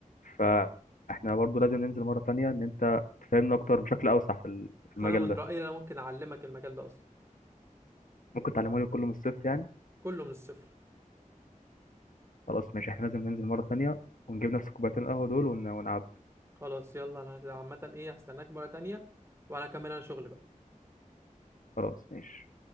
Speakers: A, on the left; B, on the right.
A: فاحنا برضه لازم ننزل مرة تانية ان انت تفهمنا اكتر بشكل اوسع في ال- في المجال
B: انا من
A: ده
B: رأيي انا ممكن اعلمك المجال ده اصلا
A: ممكن تعلمه لي كله من الصفر يعني
B: كله من الصفر
A: خلاص ماشي احنا لازم ننزل مرة تانية ونجيب نفس كوبايتين القهوة دول ون- ونعبي
B: خلاص يلا انا عامة ايه هستناك مرة تانية وانا كمان انا شغل
A: خلاص ماشي